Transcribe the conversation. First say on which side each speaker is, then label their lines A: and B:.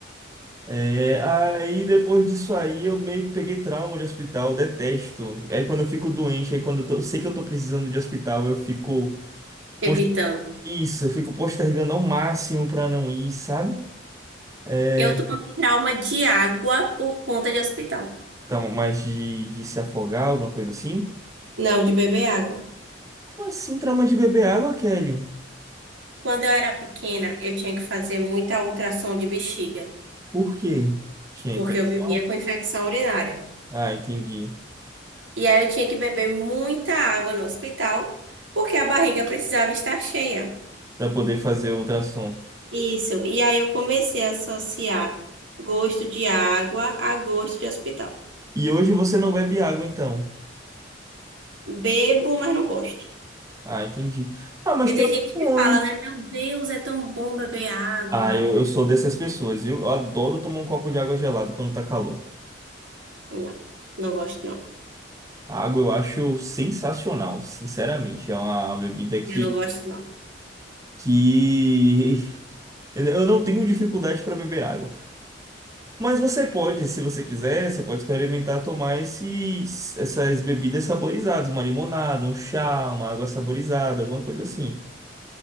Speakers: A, on the right; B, on the right.
A: É, aí depois disso aí eu meio que peguei trauma de hospital, detesto. Aí quando eu fico doente, aí quando eu tô- sei que eu tô precisando de hospital, eu fico
B: evitando.
A: post- isso, eu fico postergando ao máximo pra não ir, sabe? É,
B: Eu tô com trauma de água por conta de hospital.
A: então, mas de, de se afogar, alguma coisa assim?
B: Não, de beber água.
A: Como assim trauma de beber água, Kelly?
B: Quando eu era pequena, eu tinha que fazer muita ultrassom de bexiga,
A: Por quê? Tinha
B: porque
A: infecção?
B: eu vivia com infecção urinária.
A: Ah, entendi.
B: E aí eu tinha que beber muita água no hospital, porque a barriga precisava estar cheia.
A: Pra poder fazer ultrassom.
B: Isso. E aí eu comecei a associar gosto de água a gosto de hospital.
A: E hoje você não bebe água, então.
B: Bebo, mas não gosto.
A: Ah, entendi. Ah, mas
B: Porque
A: tem
B: tem
A: opções.
B: gente que fala, né? Meu Deus, é tão bom beber água.
A: Ah, eu, eu sou dessas pessoas, viu? Eu adoro tomar um copo de água gelada quando tá calor.
B: Não, não gosto, não.
A: A água eu acho sensacional, sinceramente. É uma bebida que,
B: Eu não gosto, não.
A: que... <laughs> eu não tenho dificuldade para beber água. Mas você pode, se você quiser, você pode experimentar tomar esses, essas bebidas saborizadas, uma limonada, um chá, uma água saborizada, alguma coisa assim.